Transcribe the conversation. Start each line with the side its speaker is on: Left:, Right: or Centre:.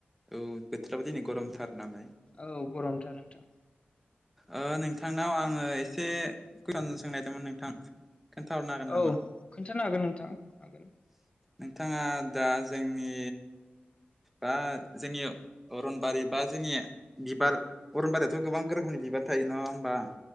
Centre: औ बोथोराबो दिनै गरमथार नालाय।
Left: औ गरमथार नोंथां।
Centre: ओ नोंथांनाव आङो एसे <unintelligible> सोंनायदोंमोन नोंथां खोन्थाहरनो हागोन
Left: औ
Centre: नामा?
Left: खोन्थानो हागोन नोंथां हागोन।
Centre: नोंथाङा दा जोंनि बा जोंनि अरनबारि बा जोंनि बिबार अरनबारियावथ' गोबां गोरोखोमनि बिबार थायो नङा होमबा?